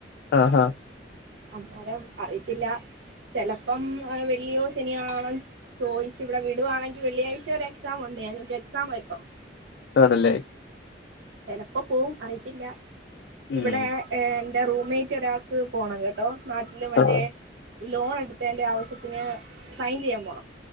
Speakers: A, on the left; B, on the right.
A: ആ ഹാ
B: അന്നേരം അറിയത്തില്ല ചെലപ്പോ വെള്ളിയോ ശനിയോ ആണ് ചോദിച്ച് ഇവിടെ വിടുകയാണെങ്കിൽ വെള്ളിയാഴ്ച വരെ എക്സാം ഉണ്ട് ഞങ്ങക്ക്എക്സാമ ഇപ്പം
A: ആണല്ലേ
B: ചിലപ്പോ പോകും അറിയത്തില്ല
A: ഉം
B: ഇവടെ ഏ എൻ ന്റെ റൂംമേറ്റ് ഒരാൾക്ക് പോണം കേട്ടോ സ്മാട്ടില് മറ്റേ
A: ആഹ്
B: ലോൺ എട്ത്തേന്റെ ആവശ്യത്തിന് സൈൻ ചെയ്യാൻ പോണം